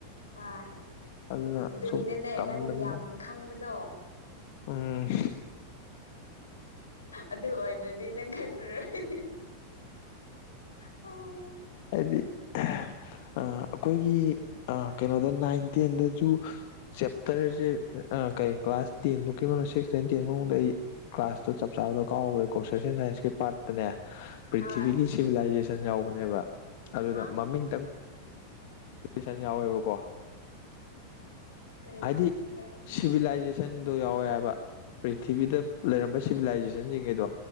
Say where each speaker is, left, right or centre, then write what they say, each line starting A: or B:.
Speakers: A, on the left; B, on the left.
A: ꯍꯣꯏ
B: ꯑꯗꯨꯅ
A: ꯑꯗꯨꯒꯤꯅꯦꯅꯦ
B: ꯁꯨꯝ ꯇꯝꯕꯅꯤ
A: ꯅꯪ ꯌꯥꯝ ꯈꯪꯕꯗꯣ
B: ꯎꯝ
A: ꯑꯗꯨ ꯑꯣꯏꯗ꯭ꯔꯗꯤ ꯅꯪ ꯈꯪꯑꯔꯣꯏ ꯍꯣꯏ
B: ꯑꯩꯗꯤ ꯑ ꯑꯩꯈꯣꯏꯒꯤ ꯑ ꯀꯩꯅꯣꯗ ꯅꯥꯏꯟ ꯇꯦꯟꯗꯁꯨ ꯆꯦꯞꯇꯔꯁꯦ ꯀꯩ ꯀ꯭ꯂꯥꯁ ꯇꯦꯟꯐꯧꯀꯤ ꯃꯅꯨꯡꯗ ꯁꯤꯛꯁ ꯇꯩ ꯇꯦꯟꯐꯥꯎ ꯃꯅꯨꯡꯗ ꯑꯩ ꯀ꯭ꯂꯥꯁꯇꯣ ꯆꯞ ꯆꯥꯕꯗꯣ ꯀꯥꯎꯈ꯭ꯔꯦꯀꯣ ꯁꯣꯁꯦꯟ ꯁꯥꯏꯟꯁꯀꯤ ꯄꯥꯔꯠꯇꯅꯦ ꯄ꯭ꯔꯤꯊꯤꯕꯤꯒꯤ
A: ꯍꯣꯏ
B: ꯁꯤꯚꯂꯥꯏꯖꯦꯁꯟ ꯌꯥꯎꯕꯅꯦꯕ ꯑꯗꯨꯗ
A: ꯍꯥ
B: ꯃꯃꯤꯡ ꯁꯟ ꯌꯥꯎꯋꯦꯕꯀꯣ
A: ꯀꯔꯤ
B: ꯍꯥꯏꯗꯤ
A: ꯀꯔꯤ
B: ꯁꯤꯚꯤꯂꯥꯏꯖꯦꯁꯟꯗꯣ ꯌꯥꯎꯋꯦ ꯍꯥꯏꯕ ꯄ꯭ꯔꯤꯊꯤꯕꯤꯗ ꯂꯩꯔꯝꯕ ꯁꯤꯚꯤꯂꯥꯏꯖꯦꯁꯟꯁꯤꯡꯗꯣ